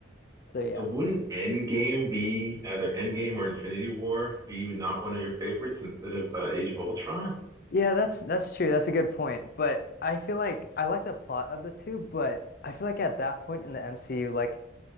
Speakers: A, on the left (about 50°); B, on the right (about 20°).
A: So yeah.
B: So wouldn't Endgame be either Endgame or Infinity War be not one of your favorites instead of uh, Age of Ultron?
A: Yeah, that's that's true. That's a good point. But I feel like I like the plot of the two, but I feel like at that point in the MCU, like